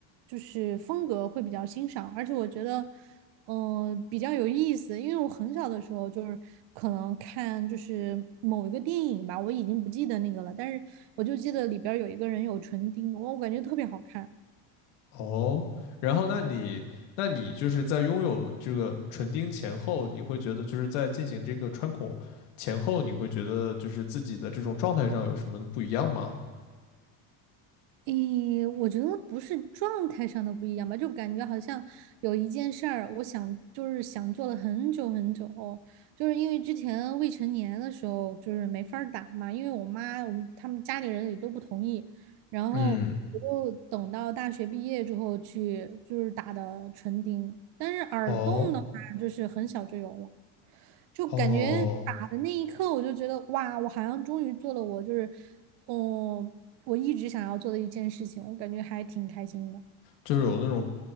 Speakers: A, on the right; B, on the left.
A: 就是风格会比较欣赏，而且我觉得，嗯、比较有意思，因为我很小的时候就是可能看就是某一个电影吧，我已经不记得那个了，但是我就记得里边儿有一个人有唇钉，我我感觉特别好看。
B: 哦，然后那你那你就是在拥有这个唇钉前后，你会觉得就是在进行这个穿孔前后，你会觉得就是自己的这种状态上有什么不一样吗？
A: 诶，我觉得不是状态上的不一样吧，就感觉好像有一件事儿，我想就是想做了很久很久，就是因为之前未成年的时候就是没法儿打嘛，因为我妈我们他们家里人也都不同意，然后我就等到大学毕业之后去就是打的唇钉，
B: 嗯，
A: 但是耳洞呢？
B: 哦
A: 就是很小就有了。就感觉打的那一刻，
B: 哦，
A: 我就觉得哇，我好像终于做了我就是，嗯，我一直想要做的一件事情，我感觉还挺开心的。
B: 就是有那种